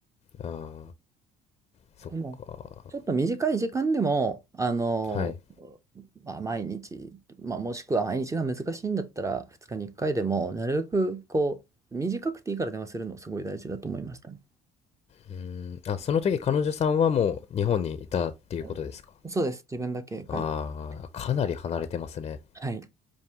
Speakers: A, on the left; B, on the right.
A: あーそっか、
B: でも、ちょっと短い時間でも、あの、
A: はい。
B: まあ、毎日、まあ、もしくは毎日が難しいんだったら、2日に1回でも、なるべく、こう、短くていいから電話するのすごい大事だと思いましたね。
A: うーん、あ、その時彼女さんはもう日本にいたっていうことですか。
B: うんそうです。自分だけ介護して。
A: ああー、かなり離れてますね。
B: はい。